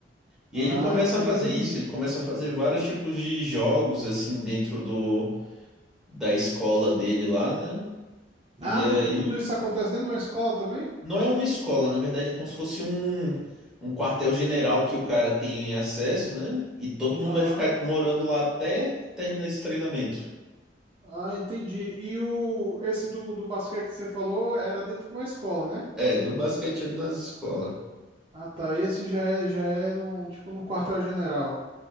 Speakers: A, in the centre; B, on the right.
A: E
B: Ah,
A: aí ele começa
B: entendi.
A: a fazer isso, ele começa a fazer vários tipos de jogos assim dentro do da escola dele lá, né? E
B: Ah,
A: aí,
B: tudo, tudo isso acontece dentro de uma escola também?
A: não é uma escola, na verdade é como se fosse um, um quartel-general que o cara tem acesso, né? E todo mundo
B: Aham.
A: vai ficar morando lá até terminar esse treinamento.
B: Ah, entendi. E o, esse do, do basquete que você falou era dentro de uma escola, né?
A: É, do basquete nas escolas.
B: Ah, tá. Esse já é, já é no, tipo, no quartel-general.